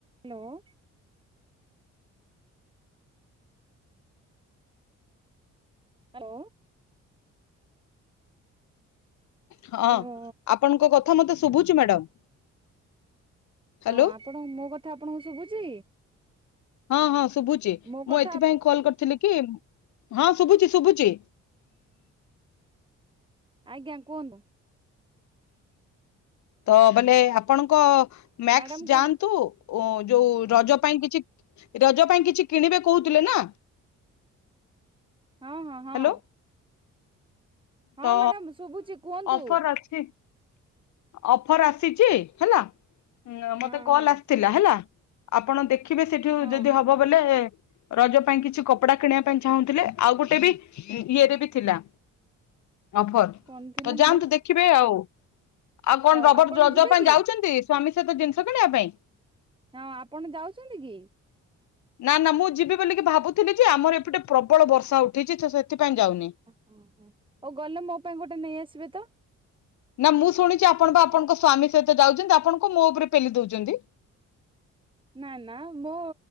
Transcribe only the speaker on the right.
ହ୍ୟାଲୋ। ଲୋ।
ହ୍ୟାଲୋ
ହଁ ଆପଣ ମୋ କଥା ଆପଣଙ୍କୁ ଶୁଭୁଛି।
ମୋ କଥା
ଆଜ୍ଞା କୁହନ୍ତୁ।
ମ୍ୟାଡାମ
କୁହ
ହଁ ହଁ ହଁ।
ହଁ
ମ୍ୟାଡାମ ଶୁଭୁଛି କୁହନ୍ତୁ
ହଁ
ହଁ
ହଁ
କଣ ଥିଲା
ମ୍ୟାଡାମ
ହଉ
ଆପଣ
ଯିବେ
କି
ହଁ ଆପଣ ଯାଉଛନ୍ତି କି?
ହ ହ ହଉ ଗଲେ ମୋ ପାଇଁ ଗୋଟେ ନେଇ ଆସିବେ ତ।
ନା ନା ମୁଁ